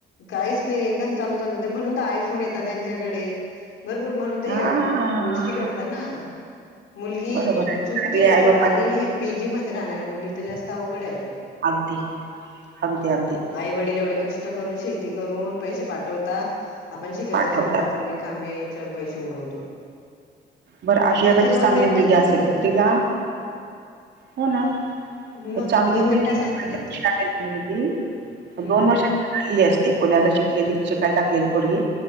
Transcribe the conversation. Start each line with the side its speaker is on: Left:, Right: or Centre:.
Left: काहीच नाही एकदम चालू चालू होत म्हणून तर आयफोन येतात त्यांच्याकडे. भरपूर म्हणून तर
Right: हा.
Left: ह्या गोष्टी घडता ना. मुलगी
Right: बरोबर आहे
Left: चुकतेच
Right: आई बापाला
Left: आणि हे पीजी मध्ये राहणाऱ्या मुली तर जास्त अवघडय अजून.
Right: अगदी अगदी अगदी.
Left: आई वडील एवढे कष्ट करून, शेती करून पैसे पाठवता आपण शिकायच
Right: पाठवतात
Left: सोडून आपण रि कामे याच्यावर पैसे उडवतो.
Right: बरं अशी एखादी
Left: पण ते
Right: चांगली
Left: दोन मिनिटाचच
Right: मुलगी असेल
Left: राहतं
Right: तर तीला हो ना
Left: मग
Right: चांगली
Left: दोन मिनिटासाठी
Right: मुलगी <unintelligible>
Left: राहत हम्म
Right: दोन
Left: हम्म
Right: वर्ष ली असते पुण्याला शिकलेली शिकायला टाकलेली पोरगी